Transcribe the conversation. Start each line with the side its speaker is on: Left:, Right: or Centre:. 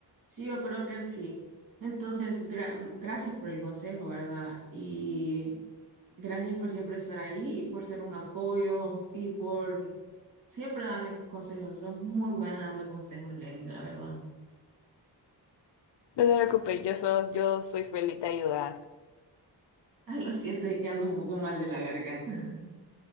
Right: Sí, yo creo que sí. Entonces, gra- gracias por el consejo, ¿verdad? Y gracias por siempre estar ahí, por ser un apoyo y por siempre darme consejos. Son muy buena dando consejos, Lenny, la verdad. <laughs>
Left: No te preocupes, yo, so- yo soy feliz de ayudar.
Right: Ay, lo siento, es que ando un poco mal de la garganta. <laughs>